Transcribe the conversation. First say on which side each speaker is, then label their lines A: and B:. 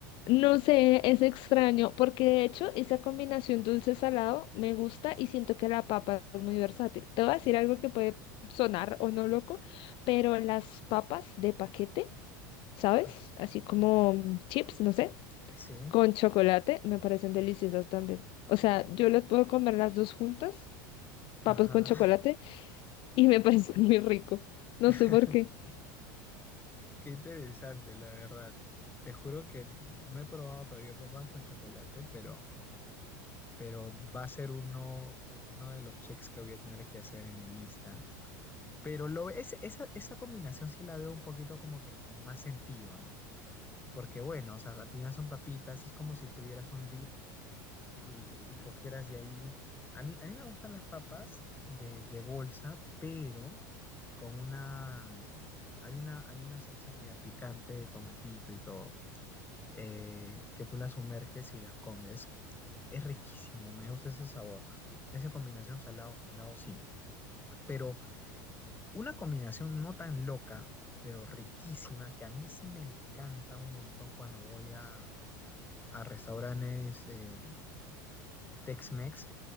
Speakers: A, on the left; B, on the left.
A: no sé, es extraño, porque de hecho esa combinación dulce-salado me gusta y siento que la papa es muy versátil. Te voy a decir algo que puede sonar o no loco, pero las papas de paquete, ¿sabes?
B: Ajá.
A: Así como mm, chips, no sé,
B: Sí,
A: con chocolate, me parecen deliciosas también. O sea, yo las puedo comer las dos juntas,
B: ajá.
A: papas con chocolate, y me <laughs> parece muy rico. No
B: <laughs>
A: sé por qué.
B: Qué interesante, la verdad. Te juro que no he probado todavía papas con chocolate, pero, pero va a ser uno, uno de los checks que voy a tener que hacer en mi lista. Pero lo, es, esa, esa combinación sí la veo un poquito como que con más sentido, ¿no? Porque bueno, o sea, al final son papitas, es como si tuvieras un dip y, y- y cogieras de ahí. A mí, a mí me gustan las papas de, de bolsa, pero con una, eh, hay una, hay una salsa media picante de tomatito y todo, eh, que tú las sumerges y las comes. Es, es riquísimo, me gusta ese sabor. Esa combinación salado, salado, sí. Pero Una combinación no tan loca, pero riquísima, que a mí sí me encanta un montón cuando voy a, a restaurantes eh, Tex-Mex,